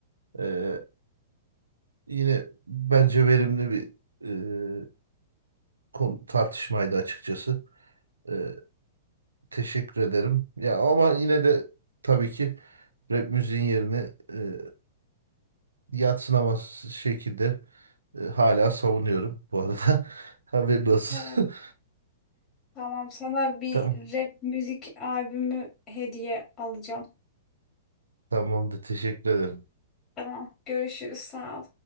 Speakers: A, on the right (about 85°); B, on the left (about 30°).
A: E, yine bence verimli bir e, konu, tartışmaydı açıkçası. E, teşekkür ederim. Ya ama yine de tabii ki rap müziğin yerini e, yadsınamaz şekilde e, hala savunuyorum bu arada. <laughs> Haberin olsun.
B: Evet, tamam. Sana bir
A: <laughs> Tamam.
B: rap müzik albümü hediye alacağım.
A: Tamamdır. Teşekkür ederim.
B: Tamam, görüşürüz. Sağ ol.